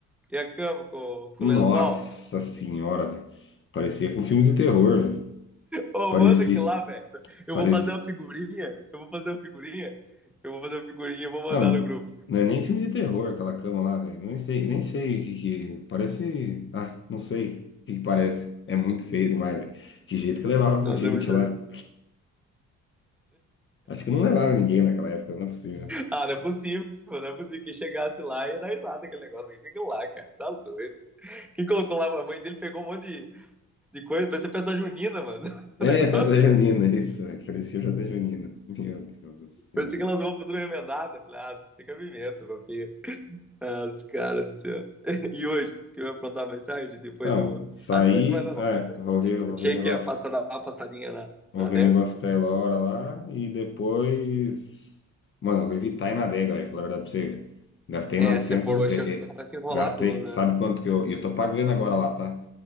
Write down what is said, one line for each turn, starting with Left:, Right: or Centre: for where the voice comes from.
Centre: E a cama com, com
Left: Nossa
Centre: o lençol.
Left: senhora, velho. Parecia com um filme de terror, velho.
Centre: Ô,
Left: Parecia.
Centre: manda aqui lá, velho. Eu
Left: Parecia.
Centre: vou fazer uma figurinha. Eu vou fazer uma figurinha. Eu vou fazer uma figurinha e vou mandar
Left: Não,
Centre: no grupo.
Left: não é nem filme de terror, aquela cama lá, velho. Nem sei, nem sei o que que. Parece. Ah, não sei o que que parece. É muito feio demais, velho. Que jeito que levava
Centre: Nossa,
Left: pra gente
Centre: é muito.
Left: lá. Acho que não levava ninguém naquela época, não é possível.
Centre: Ah, não é possível. Não é possível que chegasse lá e ia dar risada aquele negócio. O que é aquilo lá, cara? Tá doido. Quem colocou lá? A mãe dele pegou um monte de, de coisa. Parecia peça junina, mano. <laughs>
Left: É,
Centre: O negócio.
Left: festa junina, isso. velho. Parecia festa junina. Meu Deus do céu.
Centre: Parecia que elas vão tudo remendada. Falei, ah, fica pimenta, papinho. Ah, os caras do céu. <laughs> E hoje? Que eu ia aprontar mais tarde, depois
Left: Então,
Centre: do.
Left: saí.
Centre: Ah, você vai se mandar
Left: Ah,
Centre: não, né?
Left: vou ver, vou
Centre: Achei
Left: ver o negócio.
Centre: que ia passar, dar uma passadinha na,
Left: Vou
Centre: na
Left: ver
Centre: adega.
Left: negócio com a Elora lá e depois. Mano, eu vou evitar ir na adega, velho, falar a verdade pra você. velho. Gastei
Centre: É,
Left: novecentos
Centre: se for
Left: é,
Centre: hoje, já
Left: é,
Centre: começa a enrolar
Left: gastei.
Centre: tudo, né?
Left: Sabe quanto que eu. E eu tô pagando agora lá, tá?